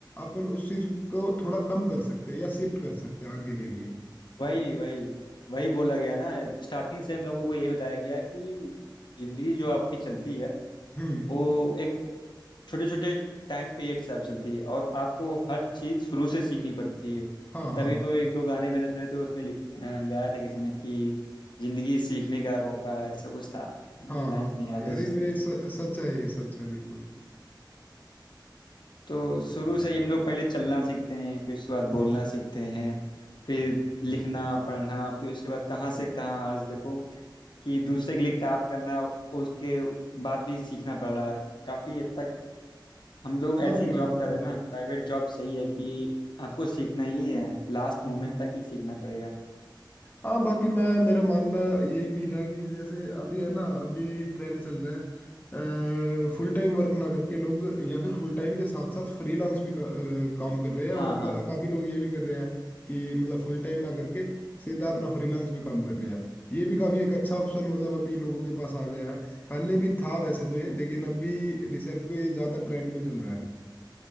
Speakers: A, on the left; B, on the left.
A: अपन उस चीज को थोड़ा कम कर सकते हैं या शिफ्ट कर सकते हैं आगे के लिए
B: वही वही वही बोला गया है ना स्टार्टिंग से हम लोगों को ये बताया गया है कि जिंदगी जो आपकी चलती है
A: हम्म
B: वो एक छोटे छोटे टाइम पीरियड से आप चलती है और आपको हर चीज़ शुरू से सीखनी पड़ती है
A: हाँ हाँ
B: तभी
A: हाँ
B: तो एक दो गाने मैंने सुने थे उसमें लिख अ, गाया था किसी ने कि जिंदगी सीखने का मौका है, ऐसा कुछ था मुझे
A: हाँ
B: लाइंस
A: हाँ हाँ
B: नहीं याद
A: यार
B: है उसकी।
A: ये स- सच है ये सच है बिल्कुल
B: तो शुरू से ही हम लोग पहले चलना सीखते हैं फिर उसके बाद
A: हम्म
B: बोलना सीखते हैं फिर लिखना पढ़ना फिर उसके बाद कहाँ से कहाँ आज देखो कि दूसरे के लिए काम करना उसके बाद भी सीखना पड़ रहा है काफ़ी हद तक हम लोग ऐसी
A: हाँ यार
B: जॉब कर
A: ये
B: रहे हैं
A: तो
B: ना प्राइवेट जॉब सही है कि आपको सीखना ही है लास्ट
A: हम्म,
B: मोमेंट
A: हम्म।
B: तक ही सीखना पड़ेगा
A: हाँ बाकी मैं मेरा मानना ये भी है कि जैसे अभी है ना अभी ट्रेंड चल रहा है फुल टाइम वर्क ना करके लोग या फिर फुल टाइम के साथ साथ फ्रीलांस भी का, अ, काम कर रहे हैं
B: हाँ
A: और
B: हाँ
A: का, काफी लोग ये भी कर रहे हैं कि मतलब फुल टाइम ना करके सीधा अपना फ्रीलांस में काम कर रहे हैं ये भी काफी एक अच्छा ऑप्शन मतलब अभी लोगों के पास आ गया है पहले भी था वैसे तो ये लेकिन अभी रिसेंट में ये ज्यादा ट्रेंड में चल रहा है